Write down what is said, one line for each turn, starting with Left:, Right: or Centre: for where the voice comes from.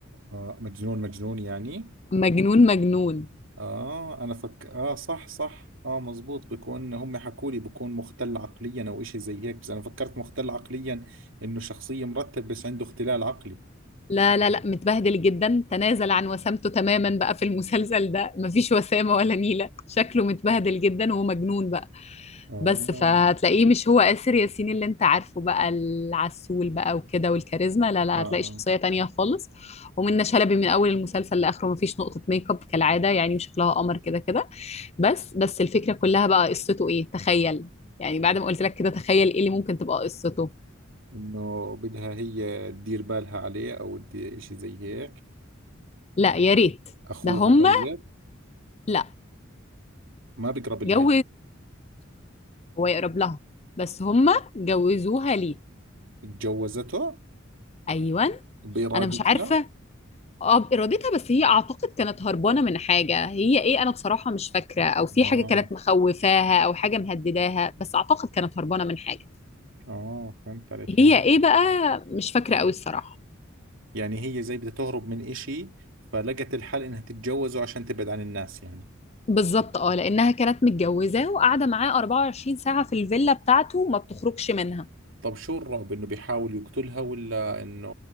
Right: آه مجنون مجنون يعني
Left: مجنون مجنون
Right: اه انا فك اه صح صح اه مزبوط بكون هم حكوا لي بكون مختل عقليا او اشي زي هيك بس انا فكرت مختل عقليا انه شخصية مرتب بس عنده اختلال عقلي
Left: لا لا لا متبهدل جدا تنازل عن وسامته تماما بقى في المسلسل ده مفيش وسامة ولا نيلة شكله متبهدل جدا ومجنون بقى
Right: آه
Left: بس فهتلاقيه مش هو آسر ياسين اللي انت عارفه بقى العسول بقى وكده والكاريزما لا لا
Right: اه اه
Left: هتلاقي شخصية تانية خالص ومنة شلبي من أول المسلسل لآخره مفيش نقطة ميك اب كالعادة يعني شكلها قمر كده كده بس بس الفكرة كلها بقى قصته ايه تخيل يعني بعد ما قلت لك كده تخيل ايه اللي ممكن تبقى قصته
Right: انه بدها هي تدير بالها عليه او تدي- اشي زي هيك
Left: لا يا ريت
Right: اخوها
Left: ده هما
Right: طيب
Left: لا
Right: ما بقرب لها
Left: جو
Right: يعني.
Left: هو يقرب لها بس هما جوزوها ليه
Right: اتجوزته
Left: ايوه
Right: بارادتها
Left: انا مش عارفه اه بارادتها بس هي اعتقد كانت هربانه من حاجه هي ايه انا بصراحه مش فاكره او في
Right: اه
Left: حاجه كانت مخوفاها او حاجه مهدداها بس اعتقد كانت هربانه من حاجه
Right: اه فهمت عليك
Left: هي
Right: يعني هي
Left: ايه بقى مش فاكره قوي الصراحه
Right: يعني هي زي بدها تهرب من اشي فلقت الحل انها تتجوزه عشان تبعد عن الناس يعني
Left: بالظبط اه لانها كانت متجوزه وقاعده معاه 24 ساعه في الفيلا بتاعته وما بتخرجش منها
Right: طب شو الرعب انه بيحاول يقتلها ولا انه